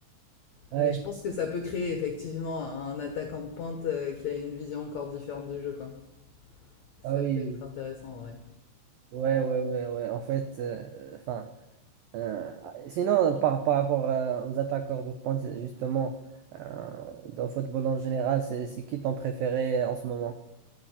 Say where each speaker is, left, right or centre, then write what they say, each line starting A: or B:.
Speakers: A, on the right; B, on the left.
A: ouais,
B: mais je pense que ça peut créer effectivement un attaquant de pointe, heu, qui a une vision encore différente du jeu, quoi. Ça
A: ah oui,
B: peut être intéressant, ouais.
A: oui. ouais, ouais, ouais, ouais. En fait, euh, enfin. Euh, sinon, par, par rapport euh, aux attaqueurs de pointe, justement, euh, dans le football en général, c'est c'est qui ton préféré euh, en ce moment?